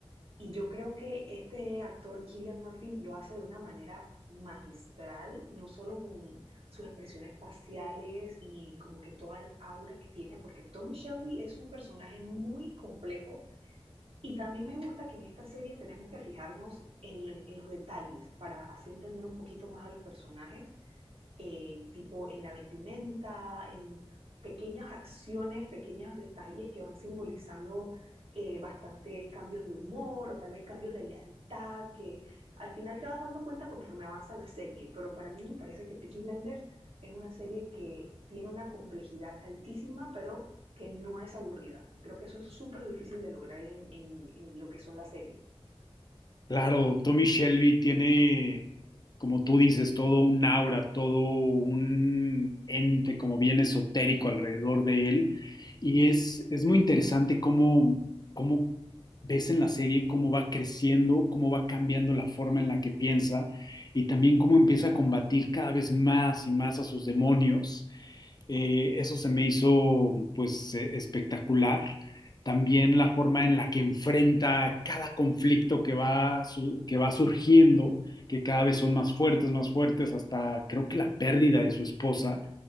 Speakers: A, on the right (about 65°); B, on the left (about 40°).
A: y yo creo que este actor Killian Murphy lo hace de una manera magistral, no solo con sus expresiones faciales y como que toda el aura que tiene, porque Tommy Shelby es un personaje muy complejo y también me gusta que en esta serie tenemos que fijarnos en, en los detalles para así entender un poquito más a los personajes eh, tipo en la vestimenta, en pequeñas acciones, pequeños detalles que van simbolizando eh, bastantes cambios de humor o tal vez cambios de lealtad que al final te vas dando cuenta conforme avanza la serie, pero para mí me parece que Peaky Blinders es una serie que tiene una complejidad altísima, pero que no es aburrida. Y creo que eso es súper difícil de lograr en, en, en, lo que son las series.
B: Claro, Tommy Shelby tiene, como tú dices, todo un aura, todo un ente como bien esotérico alrededor de él. Y es, es muy interesante cómo, cómo ves en la serie cómo va creciendo, cómo va cambiando la forma en la que piensa y también cómo empieza a combatir cada vez más y más a sus demonios. Eh, eso se me hizo pues eh, espectacular. También la forma en la que enfrenta cada conflicto que va, su- que va surgiendo, que cada vez son más fuertes, más fuertes, hasta creo que la pérdida de su esposa.